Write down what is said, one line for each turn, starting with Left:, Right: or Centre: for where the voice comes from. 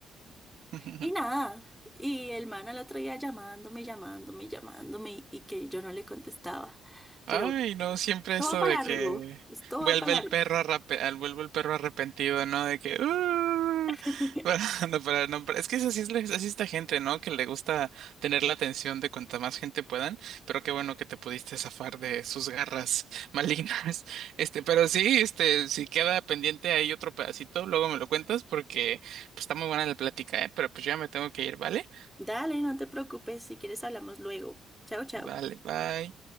Right: <laughs>
Centre: Y nada, y el man al otro día llamándome, llamándome, llamándome y que yo no le contestaba.
Right: Ay,
Centre: Pero bueno,
Right: no, siempre
Centre: todo
Right: esto
Centre: va para
Right: de que
Centre: largo, todo
Right: vuelve
Centre: va para
Right: el
Centre: largo.
Right: perro arrape- al- vuelve el perro arrepentido, ¿no? De que "Uh",
Centre: <laughs>
Right: <laughs> para- no, para- no, para- es que es así es la- así esta gente, ¿no? Que le gusta tener la atención de cuanta más gente puedan, pero qué bueno que te pudiste zafar de sus garras malignas. <laughs> Este, pero sí, este, si queda pendiente ahí otro pedacito, luego me lo cuentas porque pues, está muy buena la plática, ¿eh? Pero pues yo ya me tengo que ir, ¿vale?
Centre: Dale, no te preocupes, si quieres hablamos luego. Chao, chao.
Right: Vale, bye.